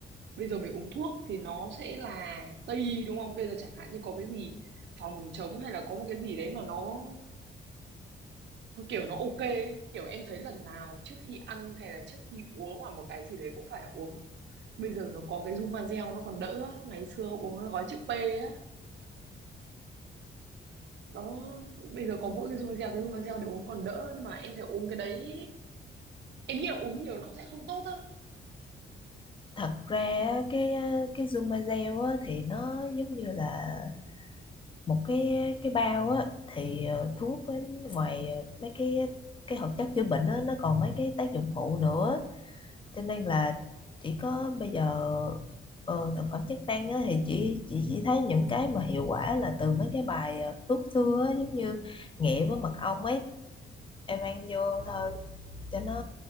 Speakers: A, on the right (about 70°); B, on the left (about 25°).
A: bây giờ mình uống thuốc thì nó sẽ là Tây y, đúng không? Bây giờ chẳng hạn như có cái gì phòng chống hay là có một cái gì đấy mà nó nó kiểu nó ok ấy. Kiểu em thấy lần nào trước khi ăn hay là trước khi uống hoặc một cái gì đấy cũng phải uống bây giờ nó có cái Zumazel nó còn đỡ á. ngày xưa uống cái gói chữ P á đó bây giờ có mỗi cái Zumazel cái Zumazel để uống còn đỡ nhưng mà em thấy uống cái đấy Em nghĩ là uống nhiều nó cũng sẽ không tốt thôi.
B: thật ra á, cái cái Zumazel á, thì nó giống như là một cái cái bao á thì ờ, thuốc với ngoài ờ, mấy cái cái hoạt chất chữa bệnh á, nó còn mấy cái tác dụng phụ nữa cho nên là chỉ có bây giờ ờ, thực phẩm chức năng á, thì chỉ, chỉ chỉ thấy những cái mà hiệu quả là từ mấy cái bài ờ, thuốc xưa á, giống như nghệ với mật ong ấy em ăn vô thôi cho nó